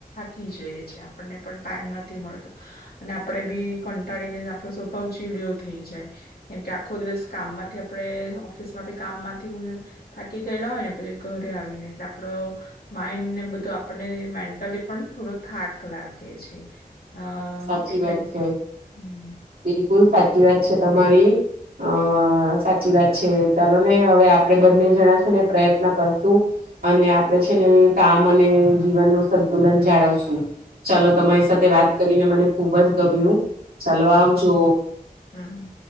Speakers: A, on the left; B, on the right.
A: ઈ છી આપણને પણ ટાઈમ નથી મળતો અને આપડે બી કંટાળીને આપણો સ્વભાવ ચીડયો થઈ જાય કેમકે આખો દિવસ કામમાંથી આપણે ઓફિસ માંથી કામમાંથી હું થાકી ગયેલા હોય ને પછી ઘરે આવીને એટલે આપડ માઈન્ડ ને બધું આપને મે ટલી પણ થોડો થાક લાગે છે. હા
B: સાચી
A: એટલે
B: વાત છે
A: હમ
B: બિલકુલ સાચી વાત છે તમારી અ સાચી વાત છે ચાલો ને હવે આપડે બંને જણા છે ને પ્રયત્ન કરશું અને આપે છે ને કામ અને જીવનનું સંતુલન જાળવશું ચાલો તમારી સાથે વાત કરીને મને ખુબ જ ગમ્યું ચાલો આવજો
A: હમ